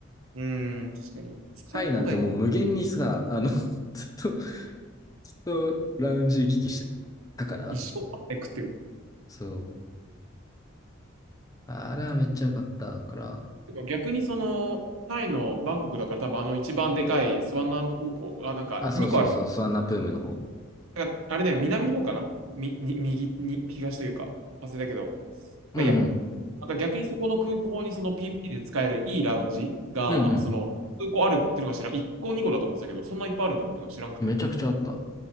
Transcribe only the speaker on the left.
タイなんてもう無限にさ、あの、<laughs> ずっとずっとラウンジ行き来してたから。
そう。あれはめっちゃ良かったから。
あ、そうそうそう、スワンナプームの方。
うん
うん。うん
うん。めちゃくちゃあった。